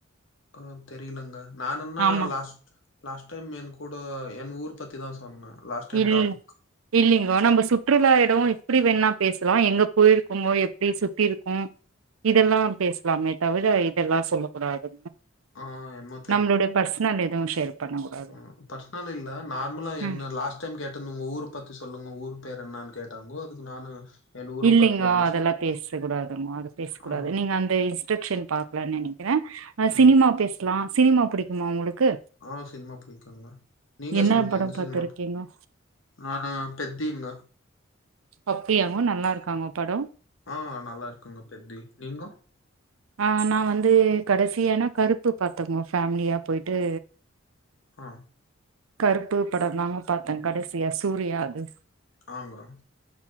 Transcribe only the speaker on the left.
ஆ தெரிலங்க நானுன்னா
லாஸ்ட் லாஸ்ட் டைம் என் கூட என் ஊர் பத்திதா சொன்னே லாஸ்ட் டைம்
டாபிக்
ஆ என்னமோ
ம் பர்சனல் இல்ல நார்மலா என்ன
லாஸ்ட் டைம் கேட்டன உங்க ஊர் பத்தி சொல் உங்க ஊர் பேர் என்னான்னு கேட்டாங்கோ அதுக்கு நானு என் ஊர
பத்தி எல்லாம்
சொ
ஆ,
ஆ,
ஆ சினிமா புடிக்குங்க நீங்க
சொல்லுங்க
எந்த
சினிமா
ஆஹா பெத்திங்கோ
ஆ நல்லா இருக்குங்கோ பெத்தி நீங்கோ
ஆ
ஆங்க